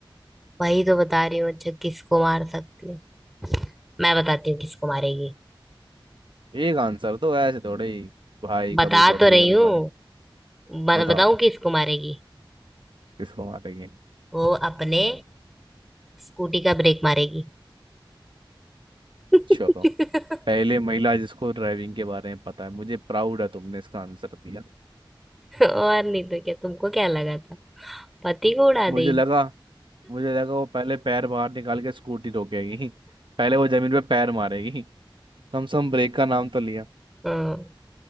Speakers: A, in the centre; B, on the right.
A: वही तो बता रही हूँ अच्छा किसको मार सकती है मैं बताती हूँ किसको मारेगी
B: एक आंसर तो ऐसे थोड़े ही भाई
A: बता
B: कभी पति
A: तो रही
B: कभी
A: हूँ
B: भाई
A: ब-
B: बताओ
A: बताऊँ किसको मारेगी
B: किसको मारेगी
A: वो अपने स्कूटी का ब्रेक मारेगी <laughs>
B: चलो पहले महिला जिसको ड्राइविंग के बारे में पता है मुझे प्राउड है तुमने इसका आंसर दिया
A: और नहीं तो क्या तुमको क्या लगा था पति को उड़ा देगी
B: मुझे लगा मुझे लगा वो पहले पैर बाहर निकाल के स्कूटी रोकेगी <laughs> पहले वो जमीन पे पैर मारेगी <laughs> कम से कम ब्रेक का नाम तो लिया
A: हाँ